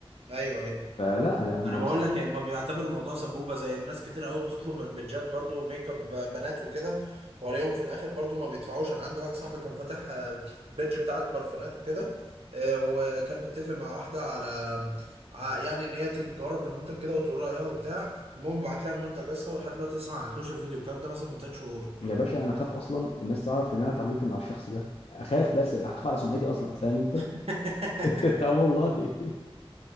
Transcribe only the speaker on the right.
ايوه ايوه
انا بقول لك ما بيعتبروا الموضوع سبوبه زي الناس كتير قوي بتطلب من بيدجات برضو ميك اب بنات وكده ولاقيهم في الاخر برضو ما بيدفعوش انا عندي واحد صاحبي كان فاتح آه، بيدج بتاعت برفانات وكده آه، وكان متفق مع واحده على ع- يعني ان هي تجرب المنتج كده وتقول رايها وبتاع المهم بعت لها المنتج يا اسطى ولحد دلوقتي لسه ما عملتلوش الفيديو الكلام ده مثلا من تلات شهور
<laughs>